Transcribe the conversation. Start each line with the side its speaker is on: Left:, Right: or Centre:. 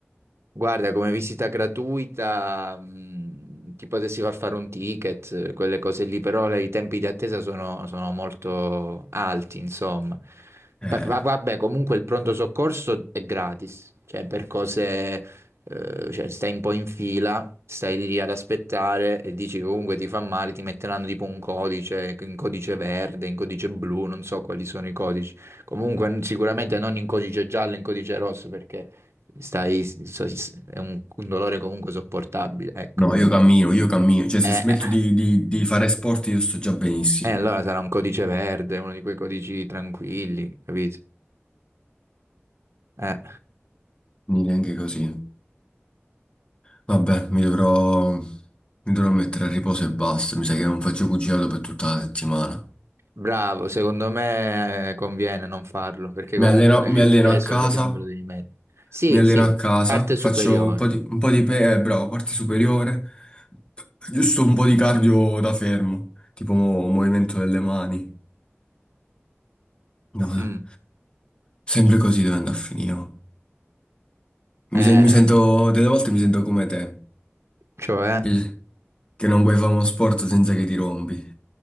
Right: Guarda, come visita gratuita, mh, ti potessi far fare un ticket, eh, quelle cose lì, però le- i tempi di attesa sono, sono molto alti, insomma.
Left: Eh,
Right: Pa- va- vabbè, comunque il pronto soccorso è gratis, cioè per cose, eh, cioè stai un po' in fila, stai lì ad aspettare e dici che comunque ti fa male, ti metteranno tipo un codice, in codice verde, in codice blu, non so quali sono i codici. Comunque n- sicuramente non in codice giallo, in codice rosso, perché stai, so- è un, un dolore comunque sopportabile, ecco.
Left: no, io cammino, io cammino. Cioè, se
Right: Eh,
Left: smetto
Right: eh,
Left: di, di- di fare sport io sto già benissimo.
Right: eh, allora sarà un codice verde, uno di quei codici tranquilli, capito? Eh,
Left: Quindi Neanche così. Vabbè, mi dovrò, mi dovrò mettere a riposo e basta. Mi sa che non faccio pugilato per tutta la settimana.
Right: bravo, secondo me eh, conviene non farlo, perché comunque
Left: Mi alleno, mi
Right: il
Left: alleno
Right: peso
Left: a casa,
Right: le gambe lo devi mettere. Sì,
Left: mi alleno
Right: sì,
Left: a casa,
Right: parte
Left: faccio
Right: superiore.
Left: un po' di, un po' di pe- eh, bravo, parte superiore, giusto un po' di cardio da fermo, tipo mo- movimento delle mani. No,
Right: Mm.
Left: sempre così deve andare a finire. oh. Mi,
Right: Eh,
Left: sen- mi sento, delle volte mi sento come te,
Right: cioè?
Left: che, che non puoi fare uno sport senza che ti rompi.